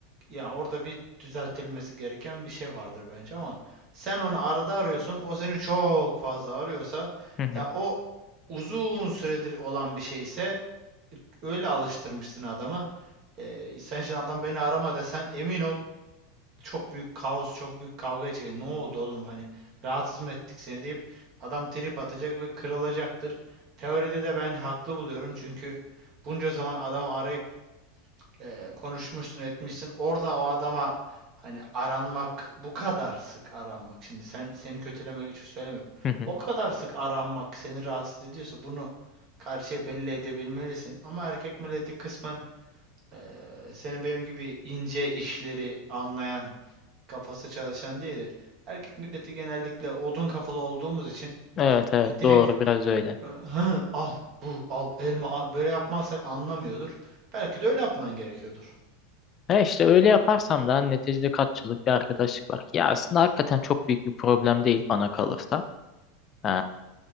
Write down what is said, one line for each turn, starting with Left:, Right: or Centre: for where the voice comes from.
Right: ya orada bir düzeltilmesi gereken bir şey vardır bence ama sen onu arada arıyorsun, o seni çok fazla arıyorsa
Left: hı hı,
Right: ya o uzun süredir olan bir şeyse Öyle alıştırmışsın adamı. Ee, sen şimdi adam beni arama desen emin ol çok büyük kaos, çok büyük kavga çıkacak. Ne oldu oğlum hani rahatsız mı ettik seni deyip adam trip atacak ve kırılacaktır. Teoride de ben haklı buluyorum çünkü bunca zaman adamı arayıp e, konuşmuşsun etmişsin. Orada o adama hani aranmak bu kadar sık aranmak. Şimdi sen seni kötülemek için söylemiyorum.
Left: hı hı.
Right: O kadar sık aranmak seni rahatsız ediyorsa bunu karşıya belli edebilmelisin. Ama erkek milleti kısmen ee, seni benim gibi ince işleri anlayan, kafası çalışan değildi. erkek milleti genellikle odun kafalı olduğumuz için
Left: Evet evet
Right: e, direkt
Left: doğru biraz öyle.
Right: e, "Hı, al bu al elma al." böyle yapmazsak anlamıyordur. Belki de öyle yapman gerekiyordur.
Left: E işte öyle yaparsam da hani, neticede katçılık bir arkadaşlık var. Ya aslında hakikaten çok büyük bir problem değil bana kalırsa. Ee,